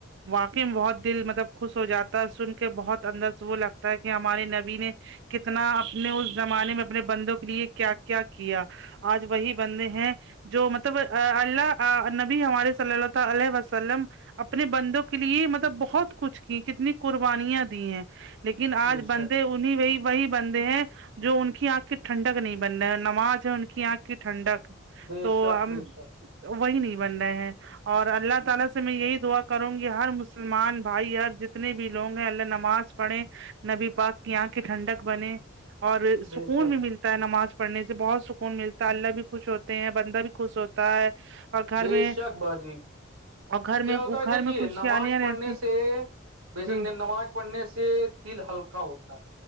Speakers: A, on the right (about 60°); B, on the right (about 85°).
A: واقعی بہت دل مطلب خوش ہو جاتا ہے سن کے بہت اندر سے وہ لگتا ہے کہ ہمارے نبی نے کتنا اپنے اس زمانے میں اپنے بندوں کے لیے کیا کیا کیا آج وہی بندے ہیں جو مطلب اللہ نبی ہمارے صلی اللہ ت علیہ وسلم اپنے بندوں کے لیے مطلب بہت کچھ کی کتنی قربانیاں دی ہیں لیکن آج
B: بے
A: بندے
B: شک
A: انیں وہی وہی بندے ہیں جو ان کی آنکھ کی ٹھنڈک نہیں ب نماز ہے ان کی آنکھ کی ٹھنڈک
B: بے
A: تو
B: شک
A: ہم
B: بے شک
A: وہی نہیں بن رہے ہیں اور اللہ تعالی سے میں یہی دعا کروں گی ہر مسلمان بھائی ہر جتنے بھی لوگ ہیں اللہ نماز پڑے نبی پاک کی آنکھیں ٹھنڈک بنے اور
B: بے
A: سکون
B: شک
A: بھی ملتا ہے نماز پڑھنے سے بہت سکون ملتا ہے اللہ بھی خوش ہوتے ہیں بندہ بھی خوش ہوتا ہے اور گھر
B: بے
A: میں
B: شک باجی
A: اور گھر
B: کیا
A: میں
B: ہوتا
A: گھر
B: ہے دیکھیے
A: میں خوشحالیاں
B: نماز
A: رہتی
B: پڑھنے سے بے شک
A: جی
B: نے نماز پڑ پڑھنے سے دل ہلکا ہوتا